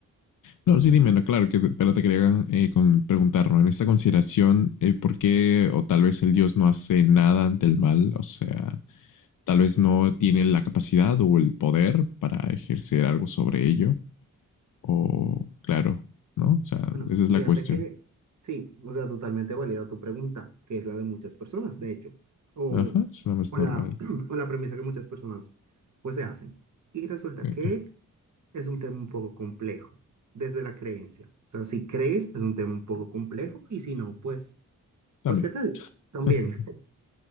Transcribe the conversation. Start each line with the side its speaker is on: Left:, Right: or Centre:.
Left: No, sí, dime, no, claro, que, pero te quería eh, con, preguntar, ¿no? En esta consideración, eh, ¿por qué o tal vez el Dios no hace nada ante el mal? O sea, tal vez no tiene la capacidad o el poder para ejercer algo sobre ello. o claro, ¿no? O sea,
Right: bueno,
Left: esa es la
Right: fíjate
Left: cuestión.
Right: que, sí, o sea, totalmente válida tu pregunta, que es la de muchas personas, de hecho, o,
Left: Ajá, es una más
Right: o
Left: normal.
Right: la, <clears throat> o la premisa que muchas personas, pues, se hacen. Y resulta
Left: Eh,
Right: que es un tema un poco complejo, desde la creencia. O sea, si crees, es un tema un poco complejo, y si no, pues,
Left: también.
Right: pues, ¿qué te digo? También,
Left: <laughs>